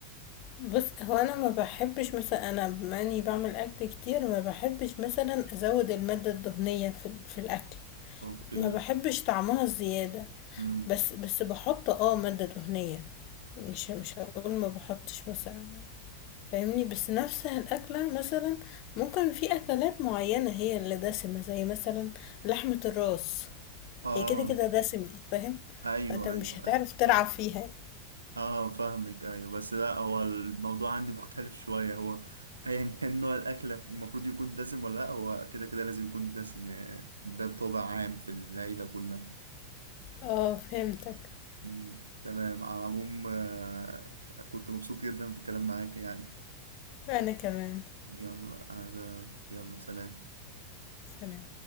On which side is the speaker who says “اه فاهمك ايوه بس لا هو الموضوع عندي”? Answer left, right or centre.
Right